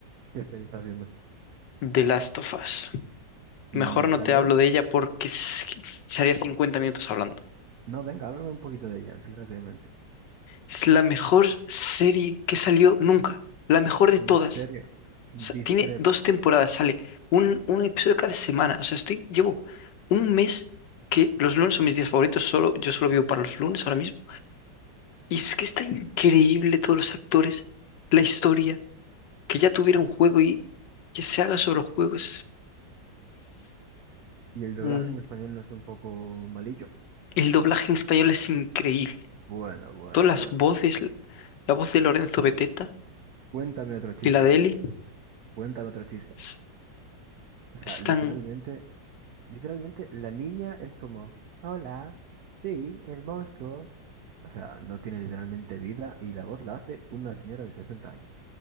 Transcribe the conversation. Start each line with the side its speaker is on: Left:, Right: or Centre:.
Right: ¿Qué serie estás viendo?
Left: The Last of Us.
Right: ¿Y
Left: Mejor
Right: está
Left: no te
Right: guay?
Left: hablo de ella porque es que estaría 50 minutos hablando.
Right: No, venga, háblame un poquito de ella, así rápidamente.
Left: Es la mejor serie que salió nunca, la mejor de
Right: En
Left: todas.
Right: serio, discrepo.
Left: sea, tiene dos temporadas, sale un, un episodio cada semana. O sea, estoy, llevo un mes que los lunes son mis días favoritos, solo, yo solo vivo para los lunes ahora mismo. Y es que está increíble todos los actores, la historia, que ya tuviera un juego y que se haga sobre el juego. Es...
Right: ¿Y el doblaje
Left: Mm,
Right: en español no es un poco malillo?
Left: El doblaje en español es increíble.
Right: Bueno, bueno,
Left: Todas las
Right: bueno.
Left: voces, la voz de Lorenzo Beteta
Right: Cuéntame otro chiste,
Left: y la de
Right: venga.
Left: Eli,
Right: Cuéntame otro chiste.
Left: es-
Right: O sea,
Left: están...
Right: literalmente, literalmente la niña es como, hola, sí, el monstruo. O sea, no tiene literalmente vida y la voz la hace una señora de 60 años.